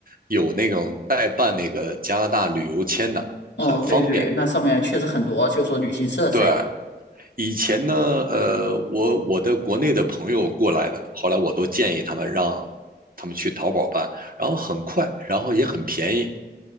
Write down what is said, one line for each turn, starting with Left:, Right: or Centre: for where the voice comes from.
Right: 有那种代办那个加拿大旅游签的，
Left: 哦，
Right: 很方便。
Left: 对对，那上面确实很多，就是说旅行社之类的。
Right: 对，以前呢，呃，我我的国内的朋友过来的，后来我都建议他们让他们去淘宝办，然后很快，然后也很便宜。